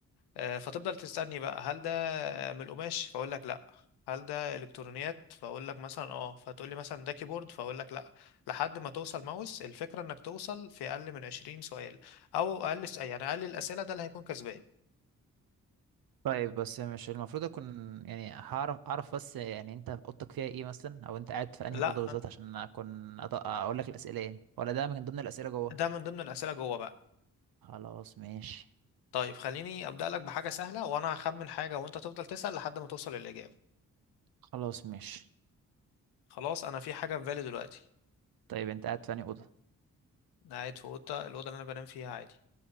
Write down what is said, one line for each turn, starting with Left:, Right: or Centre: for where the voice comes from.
Left: آه، فتفضل تسألني بقى هل ده من القماش فأقول لك لأ هل ده إلكترونيات فأقول لك مثلا أه فتقول لي مثلا ده كيبورد فأقول لك لأ لحد ما توصل ماوس الفكرة إنك توصل في أقل من 20 سؤال أو أقل يعني أقل الأسئلة ده اللي هيكون كسبان
Right: طيب بس مش المفروض اكون يعني هعرف اعرف بس يعني انت اوضتك فيها ايه مثلا او انت قاعد في انهي
Left: لأ
Right: اوضه بالظبط عشان اكون أط- اقول لك الاسئله يعني ولا ده من ضمن الاسئله جوه
Left: ده من ضمن الأسئلة جوه بقى
Right: خلاص ماشي
Left: طيب خليني أبدأ لك بحاجة سهلة وأنا هخمن حاجة وأنت تفضل تسأل لحد ما توصل للإجابة
Right: خلاص ماشي
Left: خلاص أنا في حاجة في بالي دلوقتي
Right: طيب انت قاعد في انهي اوضه
Left: أنا قاعد في أوضة الأوضة اللي أنا بنام فيها عادي